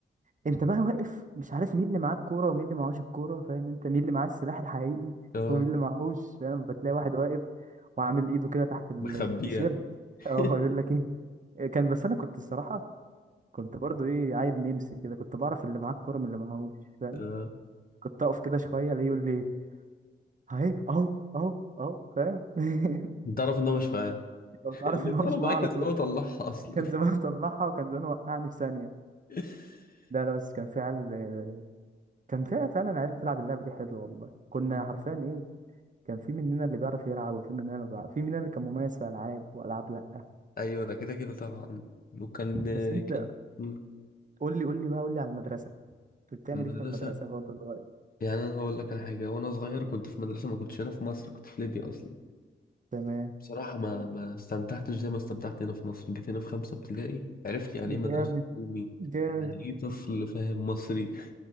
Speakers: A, on the right (about 40°); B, on the left (about 45°).
A: انت بقى واقف مش عارف مين اللي معاه الكورة ومين اللي معهوش الكورة فاهم انت مين اللي معاه السلاح الحقيقي
B: اه
A: ومين اللي معهوش فاهم فتلاقي واحد واقف وعامل ايده كده تحت ال-
B: بخبيها
A: التيشيرت
B: <laughs>
A: اه يقول لك ايه كان بس انا كنت الصراحة كنت برضو ايه عيل نمسي كده كنت بعرف اللي معاه الكورة من اللي معهوش فاهم
B: آه.
A: كنت اقف كده شوية الاقيه يقول لي اهي اهو اهو اهو فاهم <laughs>
B: انت تعرف ان هو مش معاك
A: لو
B: <laughs>
A: تعرف
B: لان
A: ان هو مش
B: هو لو معاك
A: معاه على
B: زمان
A: طول
B: وطلعها اصلا
A: كان زمان طلعها وكان زمان وقعني في ثانيه
B: <laughs>
A: لا لا بس كان في عيال كان في فعلا عيال بتلعب اللعبه دي حلوه والله كنا
B: مم.
A: حرفيا ايه كان في مننا اللي بيعرف يلعب وفي مننا اللي بيعرف في مننا اللي كان مميز في العاب والعاب لا
B: ايوه ده كده كده طبعا وكان
A: بس انت
B: كان مم.
A: قول لي قول لي بقى قول لي على المدرسه كنت بتعمل
B: المدرسه
A: ايه في المدرسه وانت صغير
B: يعني انا هقول لك على حاجه وانا صغير كنت في مدرسه ما كنتش هنا في مصر كنت في ليبيا اصلا
A: تمام
B: بصراحه ما ما استمتعتش زي ما استمتعت هنا في مصر جيت هنا في خمسه ابتدائي عرفت يعني
A: جامد
B: ايه مدرسه حكومي
A: جامد
B: يعني ايه طفل فاهم مصري